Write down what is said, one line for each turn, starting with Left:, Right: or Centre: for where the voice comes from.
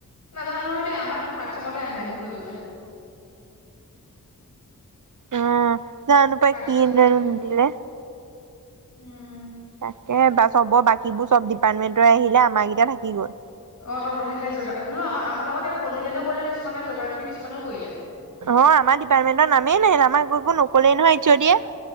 Left: নাজানো নহয় দেই আমাৰ এইটো থাৰ্ড চেমতে আহে সটো কৰিবলে।
Right: অ জানো পাই
Left: থাৰ্ড
Right: কি
Left: চেমতে
Right: এনোনন্দিলে
Left: আহে উম।
Right: তাকে বা চবৰ বাকীবোৰ চব ডিপাৰ্টমেন্টৰে আহিলে আমাৰ কেইটা থাকি গ'ল।
Left: অ', তহঁত থাকিলে জ হলেও আ আমাৰ লগতে পলিটিকেলও কৰিলে কিছুমানে জোগ্ৰাফি কিছুমানেও কৰিলে।
Right: অ', আমাৰ ডিপাৰ্টমেন্টৰ নামেই নাহিল আমাক একো নকলেই নহয় এইচঅ'দিয়ে।